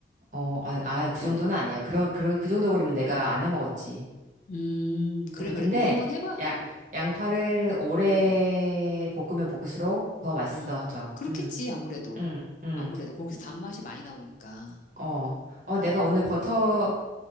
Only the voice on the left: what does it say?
어.
음, 그래,
그래.
그럼 한번 해봐.
어,
어,
음. 그렇겠지,
아무래도.
아무래도. 거기서 단맛이 많이 나오니까.
어,